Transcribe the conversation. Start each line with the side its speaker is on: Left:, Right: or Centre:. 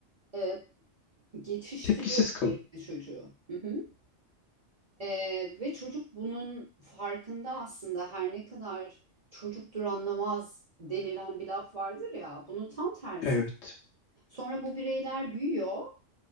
Right: e, geçiştiriyor
Left: Tepkisiz kalın.
Right: sürekli çocuğu. Hı hı. Ee, ve çocuk bunun farkında aslında her ne kadar çocuktur anlamaz denilen bir laf vardır ya bunun tam tersi.
Left: Evet.
Right: Sonra bu bireyler büyüyor.